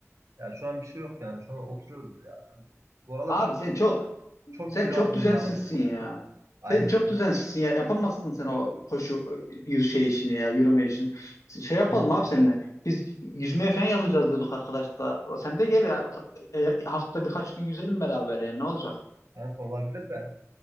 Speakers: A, on the right; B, on the left.
A: Yani şu an bir şey yok yani. Şu an oturuyoruz yani. Bu aralar
B: Abi
A: çok
B: sen çok
A: çok
B: sen
A: kilo
B: çok
A: aldım
B: düzensizsin
A: bu aralar yani.
B: ya.
A: Aynen.
B: Sen çok düzensizsin ya. Yapamazsın sen o koşu e, yüz şey işini ya, yürüme işini. Şey yapalım
A: Çok,
B: abi seninle. Biz yüzmeye falan yazılacağız diyorduk arkadaş da. O, Sen de gel ya. O ta- e, hafta birkaç gün yüzelim beraber ya. Ne olacak?
A: çok olabilir de.